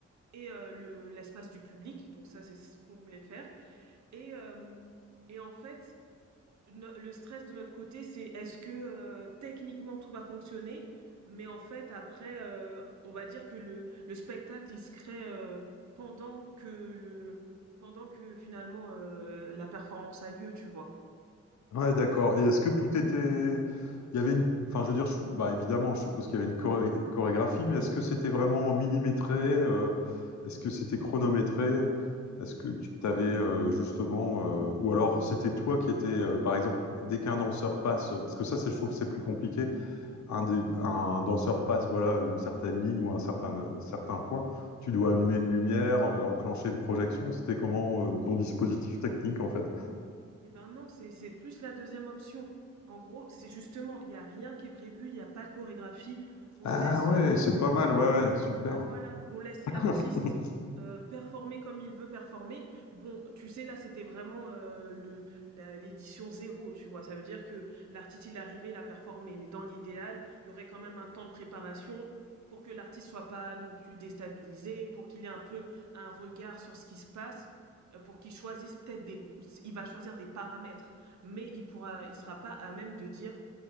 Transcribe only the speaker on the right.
et euh, le l'espace du public. Donc ça, c'est ce qu'on voulait faire. Et euh, et en fait, no- le stress de notre côté, c'est est-ce que euh, techniquement tout va fonctionner, mais en fait après, euh, on va dire que le le spectacle il se crée euh, pendant que le pendant que finalement euh, la performance a lieu, tu vois.
Eh ben non, c'est c'est plus la deuxième option. En gros, c'est justement, il y a rien qui est prévu, il n'y a pas de chorégraphie. On
laisse
euh,
Ouais, voilà, on laisse l'artiste
euh, performer comme il veut performer. Bon, tu sais, là, c'était vraiment euh, le la- l'édition zéro, tu vois. Ça veut dire que l'artiste, il est arrivé, il a performé. Mais dans l'idéal, il y aurait quand même un temps de préparation pour que l'artiste soit pas non plus déstabilisé, pour qu'il ait un peu un regard sur ce qui se passe, euh, pour qu'il choisisse peut-être des... Il va choisir des paramètres, mais il pourra, il sera pas à même de dire